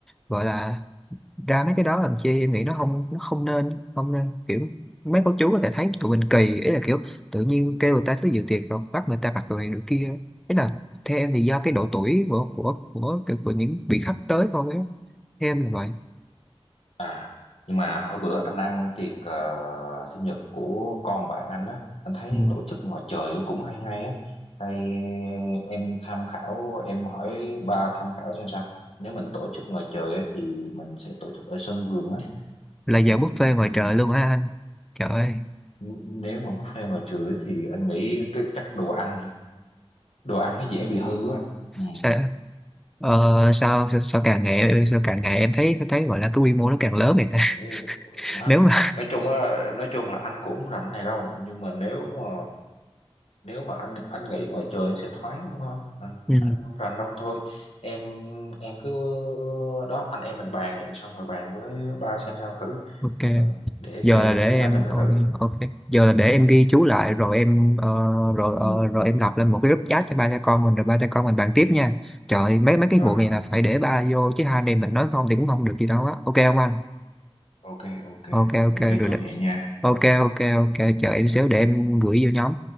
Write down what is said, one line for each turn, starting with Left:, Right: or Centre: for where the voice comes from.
Centre: gọi là ra mấy cái đó làm chi em nghĩ nó không nó không nên không nên kiểu mấy cô chú có thể thấy tụi mình kỳ ý là kiểu tự nhiên kêu người ta tới dự tiệc rồi bắt người ta mặc đồ này đồ kia ý là theo em thì do cái độ tuổi của của của, của, của những vị khách tới thôi á theo em là vậy
Left: À, nhưng mà hôm bữa anh ăn tiệc ờ, sinh nhật của con bạn anh á, anh thấy
Centre: Ừ.
Left: tổ chức ngoài trời cũng hay hay á. Hay em tham khảo, em hỏi ba tham khảo xem sao. Nếu mình tổ chức ngoài trời ấy, thì mình sẽ tổ chức ở sân vườn á.
Centre: là giờ
Left: Ừ,
Centre: buffet
Left: em
Centre: ngoài trời luôn á anh trời ơi
Left: n- nếu mà buffet ngoài trời ấy, thì anh nghĩ t- chắc đồ ăn, đồ ăn nó dễ bị hư á. Ừ.
Centre: sao ờ, sao, sao sao càng ngày sao càng ngày em thấy thấy gọi là cái quy mô nó càng lớn vậy ta
Left: Ừ,
Centre: <laughs>
Left: Nói,
Centre: nếu mà
Left: nói chung á, nói chung là anh cũng không rảnh này đâu, nhưng mà nếu mà nếu mà anh anh nghĩ ngoài trời nó sẽ thoáng hơn thôi à,
Centre: ừ,
Left: anh không rành đâu thôi em em cứ đó anh em mình bàn vậy xong rồi bàn với ba xem sao thử
Centre: <laughs> ok
Left: ừ, để xem
Centre: giờ là để
Left: ý
Centre: em
Left: ba xem sao
Centre: ok
Left: thử
Centre: ok giờ là để em ghi chú lại rồi em ờ, rồi
Left: ừ.
Centre: ờ, rồi em lập lên một cái group chat cho ba cha con mình rồi ba cha con mình bàn tiếp nha trời ơi, mấy mấy cái
Left: Ờ,
Centre: vụ này là phải để ba vô chứ hai anh em mình nói không thì cũng không được gì đâu á ok không anh
Left: ok ok
Centre: ok ok
Left: ok
Centre: rồi
Left: chốt
Centre: được
Left: vậy nha
Centre: ok ok ok chờ em xíu để em gửi vô nhóm